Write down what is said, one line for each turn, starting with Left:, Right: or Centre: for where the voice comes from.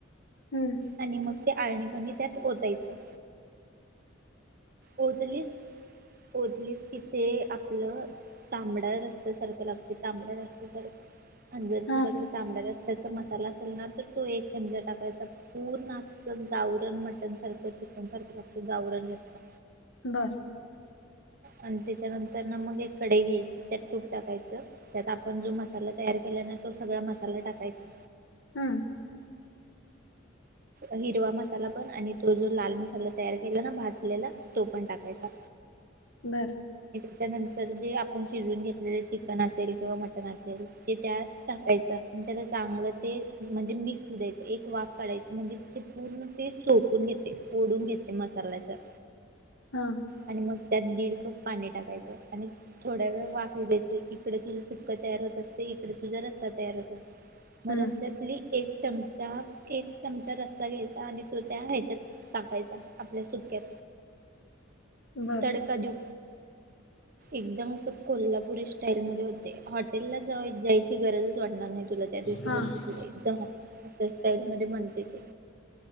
Left: हं
Right: आणि मग ते अळणी पाणी त्यात ओतायच ओधलीस ओधलीस कि ते आपलं तांबड्या रस्स्या सारखं लागत तांबड्या रस्स्या सारखं अनं जर
Left: हां
Right: तुझ्याकडे तांबडा र त्याचा मसाला असेल ना तर तो एक चमचा टाकायचा पूर्ण अस गावरण मटन सारखं चिकन सारखं लागत गावरण रस्सा
Left: बर
Right: आणि त्याच्यानंतर ना मग एक कडई घ्यायची त्यात तूप टाकायचं त्यात आपण जो मसाला तयार केला ना तो सगळा मसाला टाकायचा
Left: हम्
Right: हिरवा मसाला पण आणि तो जो लाल मसाला तयार केला ना भाजलेला तो पण टाकायचा.
Left: बरं
Right: त्यानंतर जे आपण शिजून घेतलेलं चिकन असेल किंवा मटण असेल, ते त्यात टाकायचं आणि त्याला चांगलं ते म्हणजे मिक्स द्यायच एक वाफ काढायची. म्हणजे ते पूर्ण ते सोकून घेते ओढून घेते मसाल्याच
Left: हा
Right: आणि मग त्यात दीड कप पाणी टाकायचं, आणि थोड्या वेळ वाफ येऊ द्यायची, इकडे तुझं सुक्कं तयार होत असतेय, इकडे तुझा रस्सा तयार होत असते. मग
Left: हं
Right: रस्यातली एक चमचा <unintelligible> चमचा रस्सा घ्यायचा आणि तो त्या ह्याच्यात टाकायचा आपल्या सुक्यात
Left: बरं
Right: तडका देऊ एकदम असं कोल्हा पुरी स्टाईलध्ये होतय. हॉट हाॅटेलला जेवाय जायची ची गरजच वाटणार नाही, तुला त्या दिवशी
Left: हां
Right: मग तु एकदम त्या स्टाईलमध्ये बन तेते